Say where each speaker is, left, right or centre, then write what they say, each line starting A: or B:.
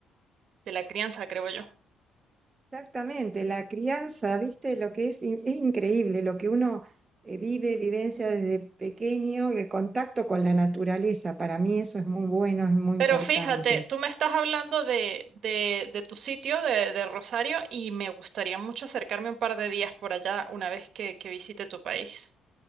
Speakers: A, on the right; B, on the right.
A: de la crianza, creo yo.
B: Exactamente, la crianza, viste, lo que es, in- es increíble, lo que uno eh, vive, vivencia desde pequeño, el contacto con la naturaleza, para mí eso es muy bueno, es muy
A: Pero
B: importante.
A: fíjate, tú me estás hablando de, de, de tu sitio, de, de Rosario, y me gustaría mucho acercarme un par de días por allá una vez que, que visite tu país.